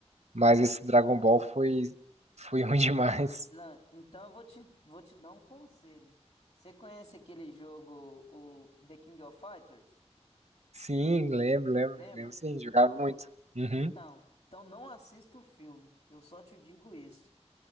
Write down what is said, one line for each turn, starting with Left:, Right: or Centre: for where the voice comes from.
Right: mas esse Dragon Ball foi, foi ruim <laughs> demais.
Left: Não, então eu vou te, vou te dar um conselho. Você conhece aquele jogo, o The King of Fighters?
Right: Sim, lembro, lembro,
Left: Lembra?
Right: lembro sim, jogava muito. Uhum.
Left: Então, então não assista o filme. Eu só te digo isso.